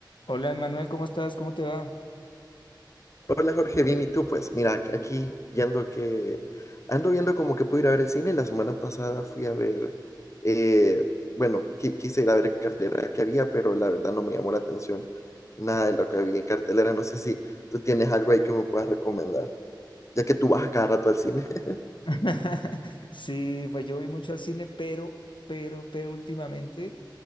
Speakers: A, on the left; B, on the left.
A: Hola, Manuel, ¿cómo estás? ¿Cómo te va?
B: Hola Jorge, bien, ¿y tú? Pues mira, ac- aquí viendo que ando viendo como que puedo ir a ver el cine. La semana pasada fui a ver, eh, bueno, qui- quise ir a ver en cartelera que había, pero la verdad no me llamó la atención nada de lo que había en cartelera. No sé si tú tienes algo ahí que me puedas recomendar, ya que tú vas a cada rato al cine. <laughs>
A: <laughs> Sí, pues yo voy mucho al cine, pero, pero, pero últimamente,